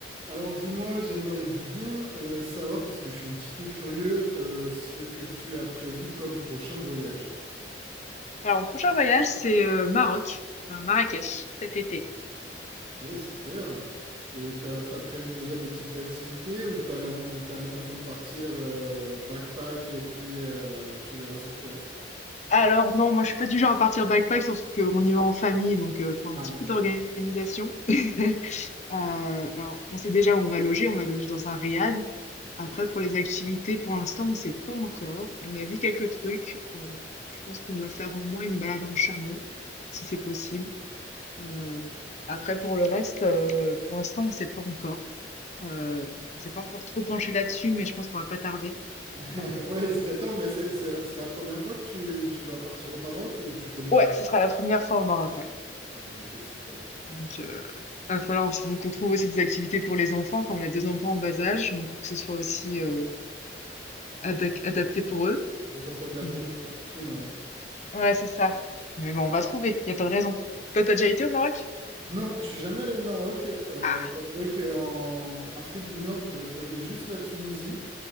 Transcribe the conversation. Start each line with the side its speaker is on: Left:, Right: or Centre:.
Right: Alors dis-moi, j'aimerais bien euh, savoir, parce que je suis un petit peu curieux, euh, ce que tu as prévu comme prochain voyage.
Left: Alors, mon prochain voyage, c'est euh, Maroc, enfin, Marrakech, cet été.
Right: Ok, super. Et t'as, t'as prévu déjà des petites activités ou t'as l'im- ou t'as l'intention de partir euh, backpack et puis euh, tu verras sur place?
Left: Alors, non, moi, je suis pas du genre à partir backpack, surtout qu'on y va en famille, donc il faut un
Right: Ah,
Left: petit
Right: ok.
Left: peu d'organisation. <laughs> Euh, alors, on sait déjà où on va loger, on va loger dans un riad.
Right: Ok.
Left: Après, pour les activités, pour l'instant, on sait pas encore. On a vu quelques trucs. Euh, je pense qu'on va faire au moins une balade en chameau, si c'est possible.
Right: Hmm.
Left: Euh, après, pour le reste, euh, pour l'instant, on sait pas encore. Euh, on s'est pas encore trop penché là-dessus, mais je pense qu'on va pas tarder.
Right: <laughs>
Left: Heu,
Right: Ouais, il serait temps, mais c'est c'est la, c'est la première fois que tu, tu vas partir au Maroc ou tu connais
Left: ouais,
Right: déjà?
Left: ce sera la première fois au Maroc, ouais.
Right: Ah, ok, super.
Left: Donc euh, il va falloir s qu'on trouve aussi des activités pour les enfants, comme on a 2 enfants en bas âge, donc faut que ce soit aussi, heu, adac adapté pour eux.
Right: Faut que ça soit adapté
Left: Mais
Right: pour les pitchounes, ouais.
Left: ouais, c'est ça. Mais bon, on va trouver, il y a pas de raison. Toi, t'as déjà été au Maroc?
Right: Non, je suis jamais allé au Maroc. Euh,
Left: Ah!
Right: j'avouerai qu'en Afrique du Nord, je connais juste la Tunisie